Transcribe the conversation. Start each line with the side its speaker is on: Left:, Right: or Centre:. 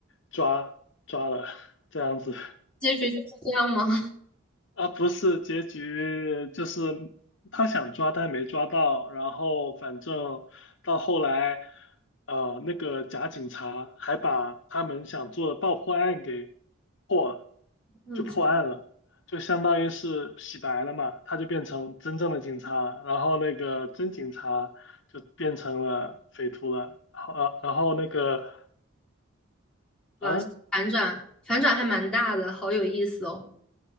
Left: 抓抓了，这样子。
Centre: 结局就是这样吗？
Left: 啊，不是，结局就是他想抓，但没抓到。然后反正到后来，呃，那个假警察还把他们想做的爆破案给破了，
Centre: <laughs> 嗯，
Left: 就破案了，
Centre: 是
Left: 就相当于是洗白了嘛，他就变成真正的警察了然后那个真警察就变成了匪徒了。好，呃然后那个，
Centre: 吧，
Left: 嗯、
Centre: 反转反转还蛮大的，好有意思哦。